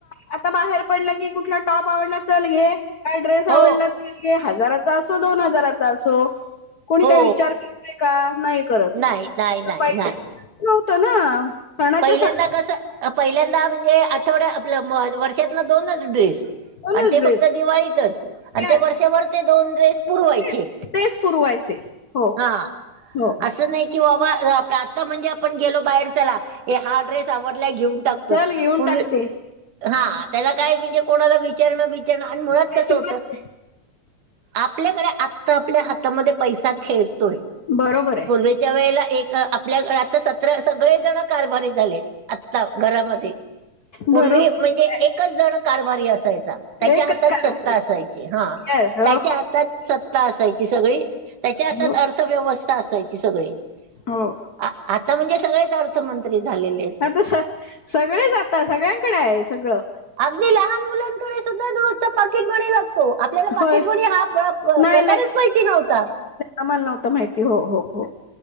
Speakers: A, on the left; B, on the right.
A: आता बाहेर पडलं की कुठला टॉप आवडला चल घे काय ड्रेस आवडला
B: हो
A: चल घे हजाराचा असो दोन हजाराचा असो कोणी
B: हो
A: काही विचार करत का नाही करत
B: नाही नाही. नाही
A: तर पहिला
B: नाही
A: पै नव्हत ना. सणाच्या
B: पहिल्यांदा
A: सणात
B: कसं पहिल्यांदा म्हणजे आठवडा आपला वर्षात ना दोनच ड्रेस
A: दोनच
B: आणि ते
A: ड्रेस
B: फक्त दिवाळीतच आणि
A: येस
B: ते वर्षभर ते दोन ड्रेस पुरवायचे.
A: तेच तेच पुरवायचे हो
B: हा
A: हो
B: असं नाही कि बाबा आता म्हणजे आपण गेलो बाहेर त्याला, ए हा ड्रेस आवडलाय घेऊन टाकतो
A: चल घेऊन
B: म्हणू
A: टाकते
B: हा त्याला काय म्हणजे कोणाला विचारणं बचारणं आणि मुळात
A: त्याची
B: कसं होत.
A: पत
B: आपल्याकडे आत्ता आपल्या हातामध्ये पैसा खेळतोय.
A: बरोबर आहे
B: पूर्वीच्या वेळेला एक आपल्या आता सतरा, सगळे जण कारभारी झाले. आता घरामध्ये, पूर्वी
A: बरोबर
B: म्हणजे
A: आहे.
B: एकच जण कारभारी असायचा. त्याच्या
A: एकच
B: हातात
A: कारभार
B: सत्ता
A: आहे
B: असायची हा
A: येस
B: त्याच्या
A: हो
B: हातात सत्ता असायची सगळी, त्याच्या हातात
A: हो
B: अर्थव्यवस्था असायची सगळी.
A: हो.
B: आ आता म्हणजे सगळेच अर्थमंत्री झालेले.
A: आता स सगळेच जाता सगळ्यांकडे आहे सगळं.
B: अगदी लहान मुलांकडे सुद्धा रोजचा पाकिटमणी लागतो. आपल्याला पाकिट
A: होय
B: म्ह हा प्रकारच
A: नाही नाही
B: पाहिती नव्हता.
A: आम्हाला नव्हतं माहिती, हो हो हो.